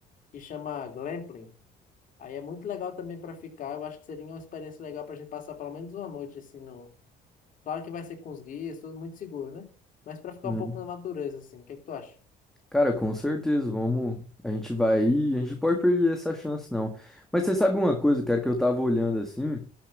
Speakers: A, on the left; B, in the centre.
A: que chama glamping. Aí é muito legal também para ficar. Eu acho que seria uma experiência legal para a gente passar pelo menos uma noite, assim, no... Claro que vai ser com os guias, tudo muito seguro, né? Mas para ficar
B: Hum.
A: um pouco na natureza, assim, o que é que tu acha?
B: Cara, com certeza, vamos. A gente vai ir, a gente pode perder essa chance, não. Mas você sabe uma coisa, cara, que eu tava olhando assim,